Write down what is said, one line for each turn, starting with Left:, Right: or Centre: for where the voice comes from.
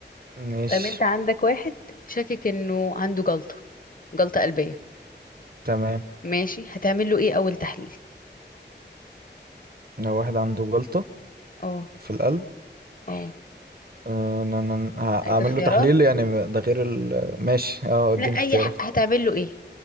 Right: ماشي
Left: طيب انت عندك واحد شاكك انه عنده جلطه جلطه قلبيه
Right: تمام
Left: ماشي هتعمل له ايه اول تحليل
Right: لو واحد عنده جلطة
Left: اه
Right: في القلب
Left: اه
Right: آه، ن- ن- ن- هعمل
Left: عايزة اختيارات
Right: له تحليل يعني ده غير ال ماشي اه اديني
Left: لا اي
Right: اختيارات
Left: ح... هتعمل له ايه